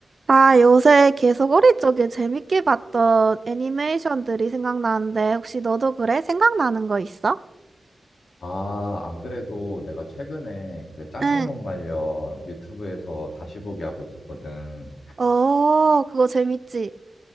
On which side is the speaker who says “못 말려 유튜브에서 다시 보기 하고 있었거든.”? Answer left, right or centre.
Left